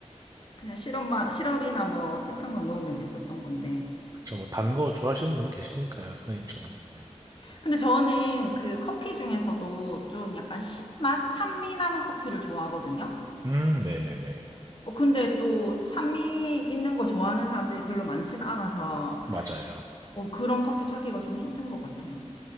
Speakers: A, on the left; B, on the right.
A: 그냥 시럽만, 시럽이나 뭐 설탕만 넣으면 됐었던 건데.
B: 그쵸, 뭐, 단 거 좋아하시는 분 계시니까요, 선생님처럼. 네.
A: 근데 저는 그 커피 중에서도 좀 약간 신맛? 산미 나는 커피를 좋아하거든요.
B: 음, 네네네.
A: 어, 근데 또 산미 있는 거 좋아하는 사람들이 별로 많지는 않아서
B: 맞아요.
A: 어, 그런 커피 찾기가 좀 힘든 것 같아요.